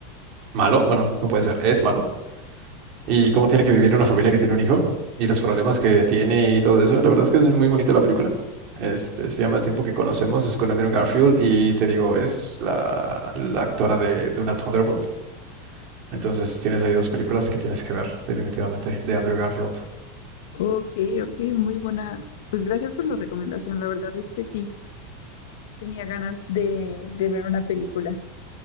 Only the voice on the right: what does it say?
malo, bueno, no puede ser, es malo y cómo tiene que vivir una familia que tiene un hijo y los problemas que tiene y todo eso. La verdad es que es muy bonita la película. Este, se llama El tiempo que conocemos, es con Andrew Garfield y te digo, es la, la actora de, de una Thunderbolt. Entonces tienes ahí dos películas que tienes que ver, definitivamente, de Andrew Garfield.